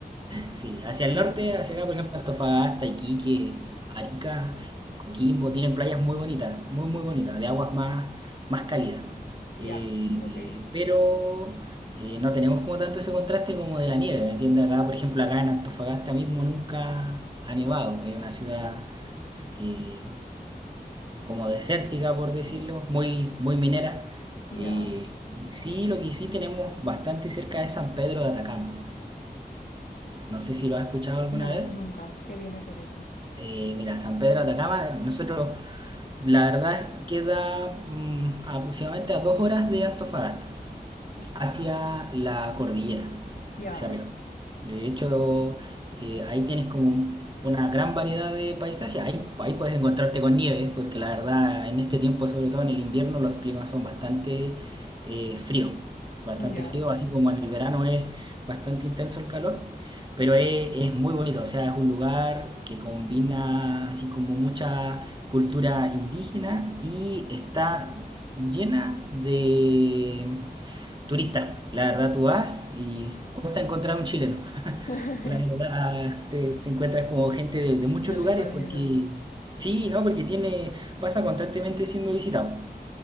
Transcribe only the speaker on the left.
Ya, ok,
ya.
Y-
No,
nunca. Qué viene a ser eso.
Ya,
ya.
<laughs>
Ya
lo invadieron.